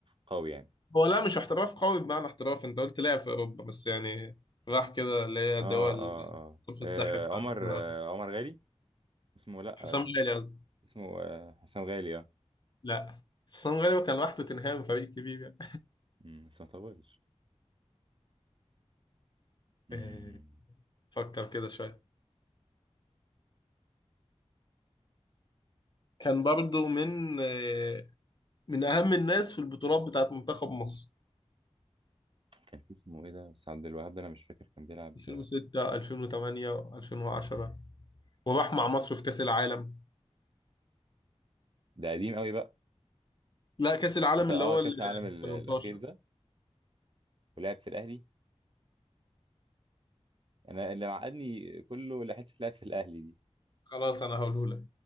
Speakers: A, on the right; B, on the left.
A: قوي يعني
B: هو لا مش احتراف قوي بمعنى احتراف انت قلت لعب في أوروبا بس يعني راح كده اللي هي الدول
A: اه اه اه,
B: الصف
A: آه
B: الساحل بتاع
A: عمر
B: الكورة.
A: آه عمر غالي اسمه لا
B: حسام
A: اسمه
B: غالي قصدي.
A: اسمه آه حسام غالي اه
B: لا حسام غالي هو كان راح توتنهام فريق كبير يعني
A: أمم، بس ما طولش
B: <laughs>
A: أمم،
B: آه، فكر كده شوية كان برضو من آه، من أهم الناس في البطولات بتاعت منتخب مصر
A: كان في اسمه ايه ده بس عبد الوهاب ده انا مش فاكر كان بيلعب
B: 2006 2008 2010 وراح مع مصر في كأس العالم
A: ده قديم قوي بقى
B: لا كأس العالم
A: انت اه
B: اللي هو
A: كاس
B: ال
A: العالم ال-
B: 18
A: الاخير ده ولعب في الاهلي انا اللي معقدني كله لحته لعب في الاهلي دي
B: خلاص أنا هقوله لك